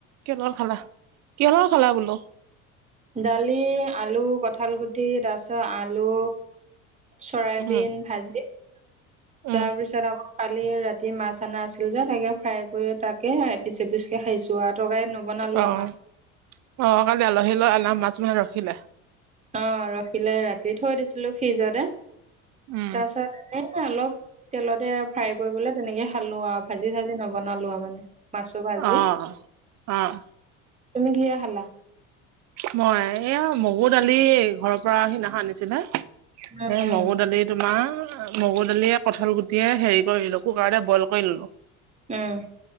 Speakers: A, on the right (about 45°); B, on the right (about 20°).
A: কিহৰ লগত খালা কিহৰ লগত খালা বোলো?
B: দালি আলু কঠাল গুটি তাৰপিছত আলু চৰাইবিন
A: উম,
B: ভাজি।
A: উম,
B: তাৰপিছ আৰু কালি ৰাতি মাছ অনা আছিল যে তাকে ফ্ৰাই কৰি তাকে এপিচ এপিচ কে খাইছো আৰু। তৰকাৰী নবনালো
A: অ',
B: আৰু মাছ
A: আহ কালি আলহী লৈ অনা মাছ মানে ৰখিলে?
B: অ', ৰখিলে ৰাতি থৈ দিছিলো ফ্ৰিজতে
A: উম,
B: তাৰপিছত এনে অলপ তেলতে ফ্ৰাই কৰিবলে তেনেকে খালো আৰু ভাজি চাজি নবনালো আৰু মানে। মাছৰ ভাজি
A: অ', অ'।
B: তুমি কিহেৰে খালা?
A: মই এয়া মগু দালি ঘৰৰ পৰা সিদিনাখন আনিছিলে। সেই
B: উম, উম,
A: মগু দালি তোমাৰ মগু দালিয়ে কঁঠাল গুটিয়ে হেৰি এওঁলোকৰ কাৰণে বইল কৰি ললো।
B: উম।